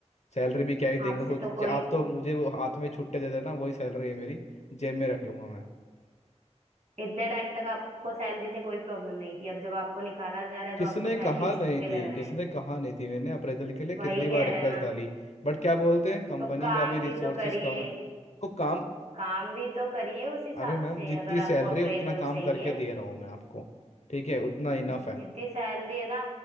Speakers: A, on the left; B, on the right.
A: सैलरी भी क्या ही देंगे
B: आपसे
A: खुद
B: तो
A: ज-
B: कोई
A: आप तो मुझे वो हाथ में छुट्टे दे देना वही सैलरी है मेरी जेब में रख लूंगा मैं
B: इतने टाइम तक आपको सैलरी से कोई प्रॉब्लम नहीं थी अब जब आपको निकाला जा रहा है तो
A: किसने
B: आपको
A: कहा
B: सैलरी
A: नहीं
B: छुट्टे लग
A: थी किसने
B: रहे हैं
A: कहा नहीं थी मैंने अप्रेजल के लिए कितनी
B: वही
A: बार
B: कह
A: रिक्वेस्ट
B: रहे हैं ना
A: डाली बट क्या बोलते हैं कंपनी
B: तो काम
A: में अभी रिसोर्सेज
B: भी तो करिए
A: कम है तो काम
B: काम भी तो करिए उस हिसाब
A: अरे मैम
B: से
A: जितनी
B: अगर आपको
A: सैलरी
B: अप्रेजल
A: है, उतना काम
B: चाहिए
A: करके दे रहा हूँ मैं आपको ठीक है उतना इनफ
B: जितनी
A: है
B: सैलरी है ना